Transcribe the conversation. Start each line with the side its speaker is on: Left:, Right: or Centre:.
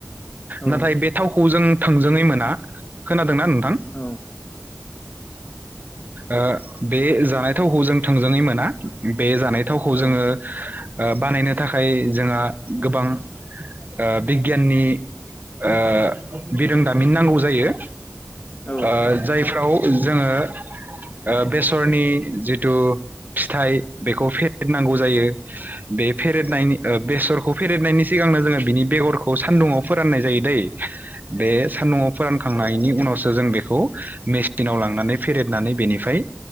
Left: औ
Right: नाथाय बे थाव खौ जों थोंजोङै मोना खोनादोंना नों थां
Left: औ
Right: ओ बे जानायथावखौ जों थोंजोङै मोना बे जानाय थावखौ
Left: औ
Right: जोङो ओ बानायनो थाखाय जोंहा गोबां ओ बिगियाननि ओ बिरोंदामिन नांगौ जायो।
Left: औ
Right: ओ जायफ्राव जोङो ओ बेसरनि जिथु फिथाइ बेखौ फे <unintelligible> नांगौ जायो।
Left: औ
Right: बे फेरेदनायनि ओ बेसरखौ - फेदेरनायनि सिगांनो जोंङो बिनि बेगरखौ सान्दुंआव फोराननाय जायो दै। बे सान्दुंआवफोरन नायनि उनावसो जों बेखौ मेसिनाव लांनानै फेरेदनानै बेनिफ्राय